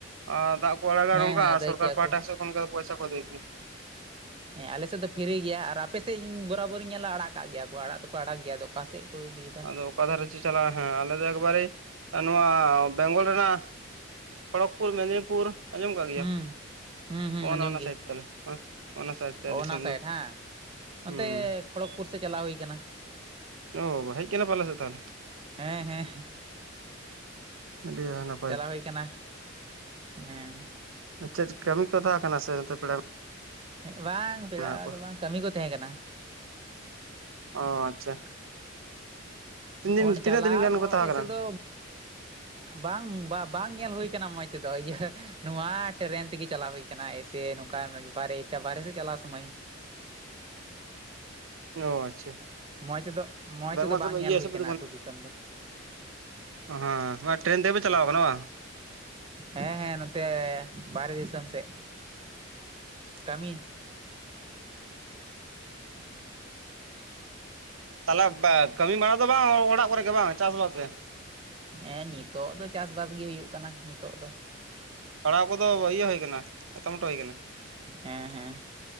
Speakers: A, on the right; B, on the right.
A: ᱟᱨ ᱫᱟᱜ ᱠᱚ ᱟᱲᱟᱜᱟ
B: ᱦᱮᱸ
A: ᱱᱚᱝᱠᱟ
B: ᱦᱮᱸ
A: ᱟᱨ
B: ᱟᱹᱫᱟᱹᱭ
A: ᱥᱚᱨᱟᱨ
B: ᱜᱮᱭᱟ
A: ᱯᱟᱦᱴᱟ
B: ᱠᱚ
A: ᱥᱮ ᱠᱷᱚᱱ ᱚᱱᱠᱟ ᱯᱚᱭᱥᱟ ᱠᱚ ᱤᱫᱤ ᱛᱮᱦᱮᱸᱫ
B: ᱦᱮᱸ ᱟᱞᱮ ᱥᱮᱫ ᱫᱚ ᱯᱷᱤᱨᱤ ᱜᱮᱭᱟ ᱟᱨ ᱟᱯᱮ ᱥᱮᱫ ᱤᱧ ᱵᱚᱨᱟᱵᱚᱨᱤᱧ ᱧᱮᱞᱟ ᱟᱲᱟᱜ ᱟᱠᱟᱜ ᱜᱮᱭᱟ ᱠᱚ ᱟᱲᱟᱜ ᱫᱚ ᱠᱚ ᱟᱲᱟᱜ ᱜᱮᱭᱟ ᱚᱠᱟᱥᱮᱫ ᱠᱚ ᱤᱫᱤ ᱮᱫᱟ
A: ᱟᱫᱚ ᱚᱠᱟ ᱫᱷᱟᱨᱮ ᱪᱚᱸ ᱪᱟᱞᱟᱜᱼᱟ ᱦᱮᱸ ᱟᱞᱮ ᱫᱚ ᱮᱠᱵᱟᱨᱮ ᱱᱚᱶᱟ ᱵᱮᱝᱜᱚᱞ ᱨᱮᱱᱟᱜ ᱠᱷᱚᱲᱚᱜᱽᱯᱩᱨ ᱢᱮᱫᱽᱱᱤᱯᱩᱨ ᱟᱸᱡᱚᱢ ᱟᱠᱟᱫ ᱜᱮᱭᱟ
B: ᱦᱩᱸ ᱦᱩᱸ ᱦᱩᱸ
A: ᱚᱱ
B: ᱟᱸᱡᱚᱢ
A: ᱚᱱᱟ
B: ᱜᱮ
A: ᱥᱟᱭᱤᱰ ᱛᱟᱞᱮ ᱚᱱᱟ ᱥᱟᱭᱤᱰ ᱛᱮ
B: ᱚ
A: ᱫᱤᱥᱚᱢ
B: ᱚᱱᱟ ᱥᱟᱭᱤᱰ
A: ᱫᱚ
B: ᱦᱮᱸ
A: ᱦᱩᱸ
B: ᱱᱚᱛᱮ ᱠᱷᱚᱲᱚᱜᱯᱩᱨ ᱥᱮᱫ ᱪᱟᱞᱟᱣ ᱦᱩᱭ ᱟᱠᱟᱱᱟ
A: ᱚ ᱵᱟᱵᱟ ᱦᱮᱡ ᱟᱠᱟᱱᱟ ᱯᱮ ᱟᱞᱮ ᱥᱮᱫ ᱛᱟᱦᱚᱞᱮ
B: ᱦᱮᱸ ᱦᱮᱸ
A: ᱟᱹᱰᱤ <unintelligible>
B: ᱪᱟᱞᱟᱣ ᱦᱩᱭ ᱟᱠᱟᱱᱟ ᱦᱮᱸ
A: ᱪᱮᱫ ᱠᱟᱹᱢᱤ ᱠᱚ ᱛᱟᱦᱮᱸ ᱠᱟᱱᱟ ᱥᱮ ᱱᱚᱛᱮ ᱯᱮᱲᱟ
B: ᱦᱮᱸ ᱵᱟᱝ ᱯᱮᱲᱟ
A: ᱢᱮᱱᱟᱜ ᱠᱚᱣᱟ
B: ᱫᱚ ᱵᱟᱝ ᱠᱟᱹᱢᱤ ᱠᱚ ᱛᱟᱦᱮᱸ ᱠᱟᱱᱟ
A: ᱚ ᱟᱪᱪᱷᱟ ᱛᱤᱱ ᱫᱤᱱ
B: ᱚᱸᱰᱮ
A: ᱛᱤᱱᱟᱹᱜ
B: ᱪᱟᱞᱟᱣ
A: ᱫᱤᱱ ᱜᱟᱱ
B: ᱫᱚ
A: ᱠᱚ ᱛᱟᱦᱮᱸ
B: ᱮᱭᱥᱮ
A: ᱠᱟᱱᱟ
B: ᱫᱚ ᱵᱟᱝ ᱵᱟ ᱵᱟᱝ ᱧᱮᱞ ᱦᱩᱭ ᱟᱠᱟᱱᱟ ᱢᱚᱡᱽ ᱛᱮᱫᱚ ᱤᱭᱟᱹ ᱱᱚᱶᱟ ᱴᱨᱮᱱ ᱛᱮᱜᱮ ᱪᱟᱞᱟᱣ ᱦᱳᱭ ᱠᱟᱱᱟ ᱮᱭᱥᱮ ᱱᱚᱝᱠᱟ ᱵᱟᱨᱮ ᱮᱴᱟ ᱵᱟᱨᱮ ᱥᱮᱫ ᱪᱟᱞᱟᱣ ᱥᱚᱢᱚᱭ
A: ᱚ ᱟᱪᱪᱷᱟ
B: ᱢᱚᱸᱡᱽ ᱮᱫ ᱢᱚᱸᱡᱽ
A: ᱵᱮᱝᱜᱚᱞ
B: ᱛᱮᱫᱚ
A: ᱥᱮᱫ
B: ᱵᱟᱝ ᱧᱮᱞ
A: ᱤᱭᱟᱹ ᱥᱮᱫ
B: ᱦᱩᱭ
A: ᱯᱮ
B: ᱟᱠᱟᱱᱟ ᱟ ᱟᱹᱛᱩ ᱫᱤᱥᱚᱢ ᱫᱚ
A: ᱚ ᱦᱮᱸ ᱴᱨᱮᱱ ᱛᱮᱜᱮ ᱯᱮ ᱪᱟᱞᱟᱣ ᱠᱟᱱᱟ ᱵᱟᱝ?
B: ᱦᱮᱸ ᱦᱮᱸ ᱱᱚᱛᱮ ᱵᱟᱨᱦᱮ ᱫᱤᱥᱚᱢ ᱥᱮᱫ, ᱠᱟᱹᱢᱤ
A: ᱛᱟᱦᱚᱞᱮ ᱵᱟ ᱠᱟᱹᱢᱤ ᱵᱟᱲᱟ ᱫᱚ ᱵᱟᱝ ᱚᱲᱟᱜ ᱠᱚᱨᱮᱜ ᱵᱟᱝ ᱪᱟᱥ ᱵᱟᱥ ᱜᱮ
B: ᱮᱸ ᱱᱤᱛᱳᱜ ᱫᱚ ᱪᱟᱥ-ᱵᱟᱥ ᱜᱮ ᱦᱩᱭᱩᱜ ᱠᱟᱱᱟ ᱱᱤᱛᱳᱜ ᱫᱚ
A: ᱯᱟᱲᱦᱟᱣ ᱠᱚᱫᱚ ᱤᱭᱟᱹ ᱦᱩᱭ ᱠᱟᱱᱟ ᱮᱛᱚᱢᱴᱚ ᱦᱩᱭ ᱟᱠᱟᱱᱟ?
B: ᱦᱮᱸ ᱦᱮᱸ